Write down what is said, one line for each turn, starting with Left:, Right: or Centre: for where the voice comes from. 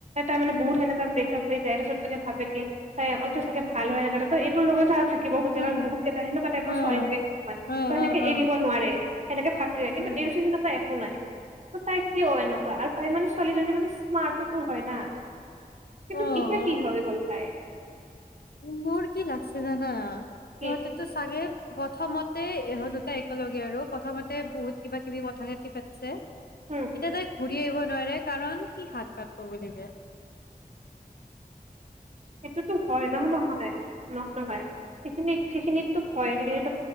Right: তাই মানে
Left: উম,
Right: বহুত সেনেকা ব্ৰেকআপ যাই তাৰপিছত এতিয়া ভাবে কি তাই অটো চাগে ভাল হয় <unintelligible> এইটোৰ লগত থাকি থাকিব খোজে
Left: উম।
Right: কাৰণ বহুত কেইটা সেনেকুৱা টাইপৰ
Left: অ',
Right: ছোৱালী লাগে কিছুমান
Left: অ',
Right: ত সেনেক
Left: অ', অ'।
Right: এৰিব নোৱাৰে সেনেকে ফাছি যায় কিন্তু
Left: উম।
Right: এই বস্তুটোত সেনেকুৱা একো নাই তাইক কিয় এনেকুৱা আৰু তাই মানে ছোৱালীজনী মানে স্মাৰ্টতো হয় না কিন্তু
Left: অ',
Right: এটা কি হয় গল্ হয়
Left: মোৰ কি লাগছে জানা সিহঁতেতো
Right: কি
Left: চাগে প্ৰথমতে ইহত দুটা একেলগে আৰু প্ৰথমতে বহুত কিবা কিবি কথা খিনি পাতিছে এতিয়া
Right: উম
Left: তাই ঘুৰি আহিব নোৱাৰে কাৰণ সি হাত কাতিব বুলিকে
Right: সেইটোতো হয় ন নহয় নহ নহয় সেইখিনিত সেইখিনিতো হয় এইখিনিয়েইতো